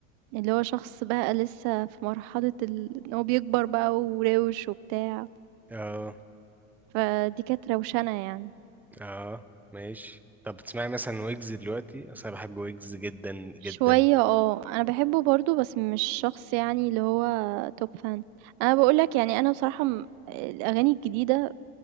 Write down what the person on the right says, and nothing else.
اللي هو شخص بقى لسه في مرحلة ال إن هو بيكبر بقى وراوش وبتاع
فدي كانت روشنة يعني
شوية اه أنا بحبه برضه بس مش شخص يعني اللي هو توب فان أنا بقولك يعني أنا بصراحة م- الأغاني الجديدة